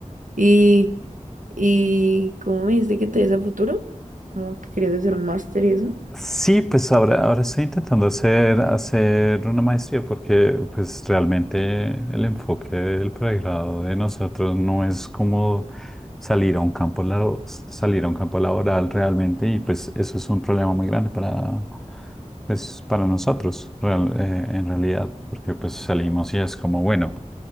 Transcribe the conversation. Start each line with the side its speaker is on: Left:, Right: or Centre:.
Right: Y, y ¿cómo me dijiste que te ves a futuro? Como que querías hacer un máster y eso.
Centre: Sí, pues ahora, ahora estoy intentando hacer, hacer una maestría porque pues realmente el enfoque del pregrado de nosotros no es como salir a un campo labo- salir a un campo laboral realmente y pues eso es un problema muy grande para, pues, para nosotros real- eh, en realidad porque pues salimos y es como bueno,